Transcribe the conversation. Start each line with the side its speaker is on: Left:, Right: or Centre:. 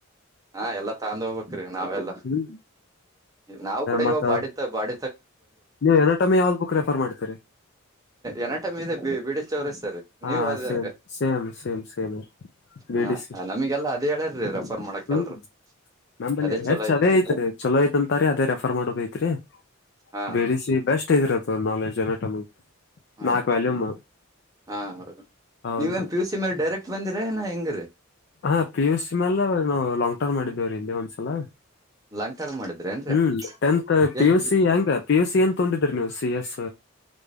Right: ಹಾ ಎಲ್ಲಾ ತಂದ ಹೋಗ್ಬೇಕ್ರೀ ನಾವೆಲ್ಲಾ
Left: ಹ್ಮ್
Right: ನಾವವು ಕೂಡ ಇವಾಗ
Left: ಮತ್ತ
Right: ಬಾಡತ್ತ ಬಾಡ
Left: ನೀವ್ ಎನಟಮ್ಮಿ ಯಾವ್ದ್ ಬುಕ್ ರೆಫರ್ ಮಾಡ್ತೀರಿ
Right: ಎನಟಮಿ ಇದೆ ಬಿ ಬಿಡಿ ಚೌರಸ್ತರಿ
Left: ಹಾ
Right: ನೀವ್ ಆದಿದ್ರ
Left: ಸೇಮ್ ಸೇಮ್ ಸೇಮ್ ಸೇಮ್ ಬಿ
Right: ಹಾ
Left: ಡಿ ಸಿ
Right: ನಮಗೆಲ್ಲ ಅದೇ ಹೇಳ್ರೀ ರೆಫರ್ ಮಾಡಕ್
Left: ಹ್ಮ್
Right: ಎಲ್ರು
Left: ನಮಲಿ
Right: ಅದೇ ಚಲೋ
Left: ಹೆಚ್ಚ
Right: ಐತೆ
Left: ಅದೇ
Right: ಅಂತ
Left: ಐತ್ರಿ ಚಲೋ ಐತಂತಾರೀ ಅದೇ ರೆಫರ್ ಮಾಡಬೇಕ ಐತ್ರಿ
Right: ಹಾ
Left: ಬೇಡಿಸಿ
Right: ರೀ
Left: ಬೆಸ್ಟ್ ಇದರತ ನಾಲೆಜ್ ಎನಟಮಿ
Right: ಹಾ
Left: ನಾಕ್ ವ್ಯಾಲ್ಯೂಮ್
Right: ಹಾ ಹೌದು
Left: ಹೌದ್ರಿ
Right: ನೀವ ಪಿ ಯು ಸಿ ಮೇಲೆ ಡೈರೆಕ್ಟ್ ಬಂದಿರ ಎಂಗ್ರ
Left: ಹಾ ಪಿ ಯು ಸಿ ಹಾಲ್ಲ ನಾವು ಲಾಂಗ್ ಟರ್ಮ್ ಮಾಡಿದ್ದೇವ್ರೀ ಹಿಂದೆ ಒಂದ್ಸಲ
Right: ಲಾಂಗ್ ಟರ್ಮ್ ಮಾಡಿದ್ರ ಏನ್ರೀ
Left: ಹ್ಮ್ tenth P
Right: L
Left: U C ಹೆಂಗ ಪಿ ಯು ಸಿ ಏನ್ ತೊೊಂಡಿದ್ರ ನೀವು C S